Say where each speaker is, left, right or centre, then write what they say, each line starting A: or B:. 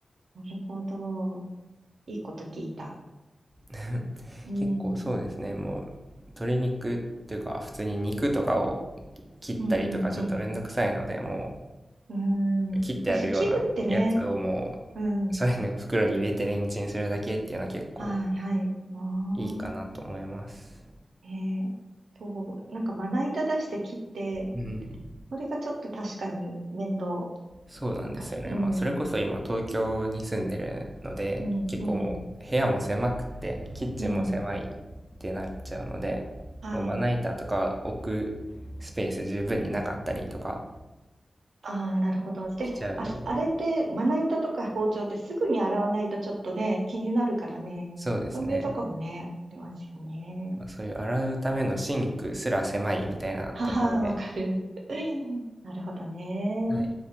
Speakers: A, on the right; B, on the right.
A: なるほど。いいこと聞いた。
B: <laughs>
A: うん。
B: 結構そうですね。もう鶏肉っていうか普通に肉とかを切ったりとかちょっとめんどくさいので、
A: うんうんうん。
B: も
A: うん。
B: 切ってあるようなやつをも
A: そう、切るってね。うん。
B: う、それの袋に入れてレンチンするだけっていうのは結構
A: はい、はい。ああ、
B: いいかなと思います。
A: ええそう、なんかまな板出して切って、
B: うん。
A: それがちょっと確かに面倒。
B: そうなんですよね。
A: なんか、うん、
B: まあ、それこそ今東京に住んでるので、
A: うん、うん、
B: 結構もう部屋も狭くて、キッチンも狭いってなっちゃうので、
A: うん。はい。
B: もうまな板とか置くスペース十分になかったりとか
A: ああ、なるほど。で、
B: しちゃうので、
A: あ、すあれって、まな板とか包丁ってすぐに洗わないとちょっとね、気になるからね。
B: そうですね。
A: そういうとこもね、ありますよね。
B: まあ、そういう洗うためのシンクすら狭いみたいなところで、
A: はは、わかる。<laughs> なるほどね。
B: はい